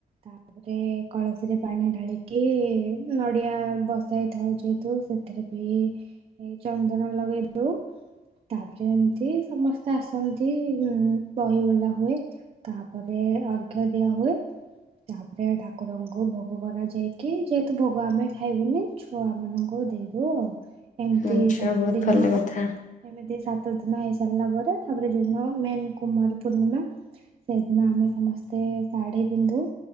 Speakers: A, on the right (about 40°); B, on the left (about 55°).
A: ତାପରେ କଳସୀରେ ପାଣି ଢାଳିକି ନଡ଼ିଆ ନଡ଼ିଆ ବସାଇଥାଉ ଯେହେତୁ ସେଥିରେ ବି ହେ ଚନ୍ଦନ ଲଗେଇ ଦଉ ତାପରେ ଏମତି ସମସ୍ତେ ଆସନ୍ତି ଆଉ ବହି ବୋଲା ହୁଏ ତାପରେ ଅର୍ଘ୍ୟ ଦିଆ ହୁଏ। ହୁଏ। ତାପରେ ଠାକୁରଙ୍କୁ ଭୋଗ କରା ଯାଇକି ଯେହେତୁ ଭୋଗ ଆମେ ଖାଇବୁନି ଛୁଆ ମାନଙ୍କୁ ଦେଇଦଉ ଆଉ ଏମିତି
B: ଆଚ୍ଛା
A: ସାତ
B: ବହୁତ
A: ଦିନ
B: ଭଲ କଥା
A: ଏମିତି ସାତ ଦିନ ହେଇ ସାରିଲା ପରେ ତାପରେ ଯୋଉ ଦିନ ମେନ୍ କୁମାର ପୂର୍ଣ୍ଣିମା ସେଦିନ ଆମେ ସମସ୍ତେ ସାଢି ପିନ୍ଧୁ।